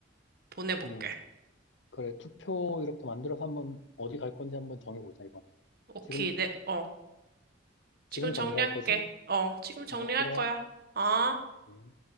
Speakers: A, on the right; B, on the left.
A: 보내볼게.
B: 음, 그래, 투표 이렇게 만들어서 한번 어디 갈 건지 한번 정해보자, 이번에.
A: 오케이,
B: 지금,
A: 네, 어, 지금
B: 지금
A: 정리할게.
B: 정리할 거지?
A: 어, 지금 정리할
B: 어, 그래.
A: 거야. 아.
B: 음.